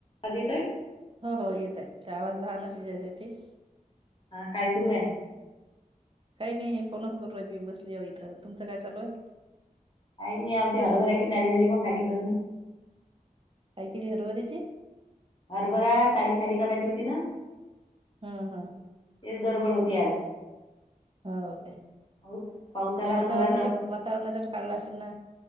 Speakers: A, on the left (about 35°); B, on the right (about 35°).
A: आवाज येतोय?
B: हो हो येत आहे ते आवाज लहानच य येते.
A: हा काय सुरू आहे?
B: काही नाही हे फोनच करू राहिली मी बसली बघा इथं, तुमचं काय चालूय?
A: काही नाही आमच्या हरभऱ्याची टाली झाली बा खाली करणं.
B: काय केली हरभऱ्याची?
A: हरभरा टाली खाली करायची होती ना?
B: हा हा.
A: तेच गडबड होती आज.
B: हो काय?
A: पाऊस पाऊस आला
B: त्या वातावरणाच्या
A: तर मधात रप
B: वातावरणाच्या काढला असेल ना?